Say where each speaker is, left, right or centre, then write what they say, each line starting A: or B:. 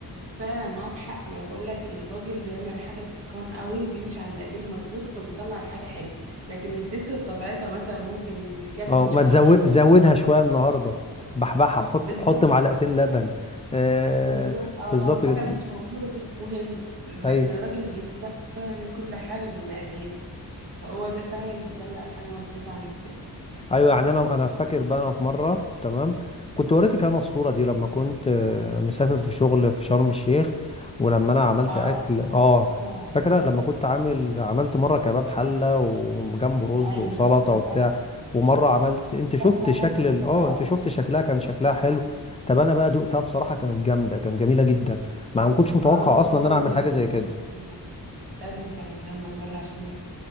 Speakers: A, on the right; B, on the left.
A: فعلا معاك حق ما انا بقول لك الراجل بيعمل حاجه باتقان قوي وبيمشي على المقادير مظبوطه فبيطلع الحاجه حلوه لكن الست بطبيعتها مثلا ممكن تكروت
B: اه
A: شويه
B: ما تزود زودها
A: او الح-
B: شوية النهاردة بحبحها حط
A: بالظبط
B: حط معلقتين لبن آه
A: بالظبط او
B: بالظبط
A: لو
B: كده
A: حاجه مش موجوده مش مهم لكن
B: أيوه
A: الراجل بيهتم بيعمل كل حاجه بالمقادير فهو ده فعلا اللي بيطلع الحاجه مظبوطه عن الست
B: ايوه يعني انا انا فاكر بقى انا في مره تمام كنت وريتك انا الصوره دي لما كنت آه، مسافر في شغل في شرم الشيخ ولما انا عملت
A: اه
B: اكل اه
A: آه،
B: فاكره لما كنت عامل عملت مره كباب حله وجنبه رز
A: ايوه
B: وسلطه
A: ايوه
B: وبتاع ومره عملت انت شفت
A: فعلا
B: شكل
A: كان
B: ال-
A: حلو
B: اه
A: أوي.
B: انت شفت شكلها كان شكلها حلو طب انا بقى دقتها بصراحه كانت جامده كانت جميله جدا ما ما كنتش متوقع
A: خلاص بقى
B: اصلا
A: لازم
B: ان انا اعمل حاجه زي كده
A: تعملها لنا لازم تعملها لنا مره عشان